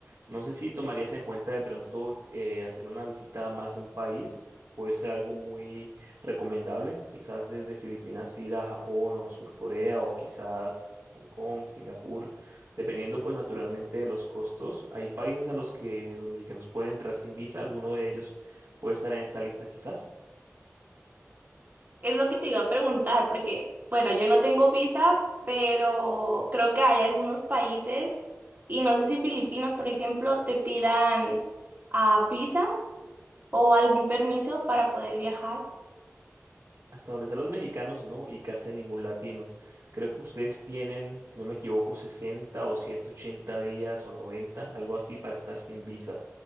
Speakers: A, on the right (about 65°); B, on the right (about 40°).
A: No sé si tomarías en cuenta de pronto eh, hacer una visita a más de un país. Puede ser algo muy recomendable. Quizás desde Filipinas ir a Japón o Sur Corea o quizás Hong Kong, Singapur, dependiendo pues naturalmente de los costos. Hay países a los que los mexicanos pueden entrar sin visa. Alguno de ellos puede estar en esta lista quizás.
B: Es lo que te iba a preguntar porque, bueno, yo no tengo visa, pero creo que hay algunos países y no sé si Filipinas, por ejemplo, te pidan ah, visa o algún permiso para poder viajar.
A: hasta donde sean los mexicanos, no, y casi a ningún latino. Creo que ustedes tienen, si no me equivoco, 60 o 180 días o 90, algo así, para estar sin visa,